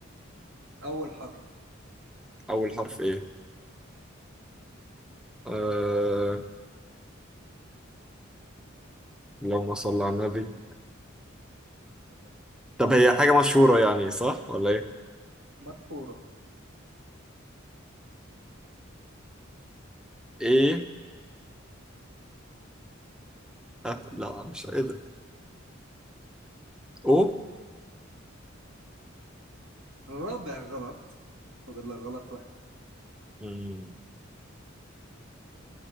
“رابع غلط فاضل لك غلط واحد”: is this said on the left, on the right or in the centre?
Right